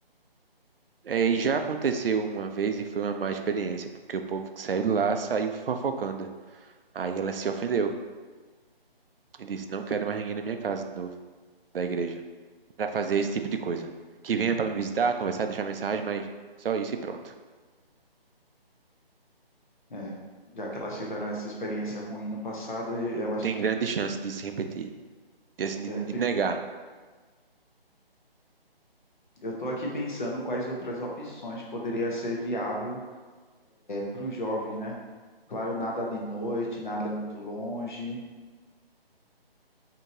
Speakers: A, on the right; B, on the left.
A: É, e já aconteceu uma vez e foi uma má experiência, porque o povo que saiu de lá saiu fofocando. Aí ela se ofendeu e disse: Não quero mais ninguém na minha casa de novo, da igreja. para fazer esse tipo de coisa. Que venha para me visitar, conversar, deixar mensagem, mas só isso e pronto.
B: É, já que elas tiveram essa experiência ruim no passado, e elas,
A: Tem grande chance de se repetir, de, assim, de,
B: é,
A: de
B: fi-
A: negar.
B: eu estou aqui pensando quais outras opções poderia ser viável para os jovens, né? Claro, nada de noite, nada muito longe.